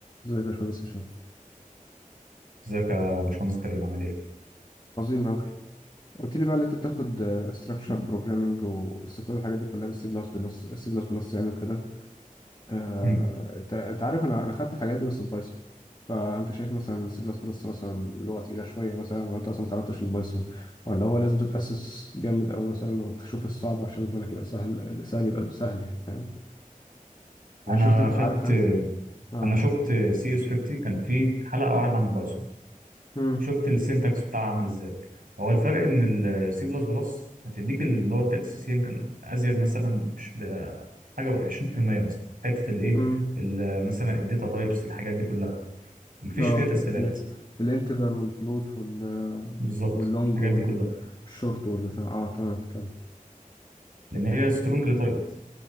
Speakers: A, on the left; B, on the right.
A: ازيك يا باشمهندس هشام
B: ازيك يا باشمهندس كريم عامل ايه؟
A: عظيم أوي قلت لي بقى إن أنت بتاخد ستراكشر بروجرامنج وبس كل الحاجات دي كلها بالسي بلس بلس السي بلس بلس يعني وكده آه،
B: مم.
A: أنت أنت عارف أنا أنا خدت الحاجات دي بس ببايثون فأنت شايف مثلا السي بلس بلس مثلا لغة تقيلة شوية مثلا وأنت أصلا ما تعرضتش للبايثون ولا هو لازم تتأسس جامد أو مثلا لو تشوف الصعب عشان بالنسبة لك يبقى سهل السهل يبقى سهل يعني فاهم يعني
B: انا
A: شفت أنت
B: خدت
A: عارف أنت آه
B: انا شفت سي اس 50 كان فيه حلقه واحده عن البايثون
A: مم.
B: شفت السينتاكس بتاعها عامل ازاي هو الفرق ان السي بلس بلس هتديك اللي هو التاسيس يمكن ازيد مثلا مش ب- حاجه 20% مثلا حته الايه
A: مم.
B: ال- مثلا الداتا تايبس الحاجات دي كلها مفيش
A: اه
B: فيها تسهيلات
A: ال- الانتجر والفلوت وال
B: بالظبط
A: واللونج
B: الحاجات
A: والشورت
B: دي كلها
A: والبتاع اه تمام تمام
B: لان هي سترونجلي تايبد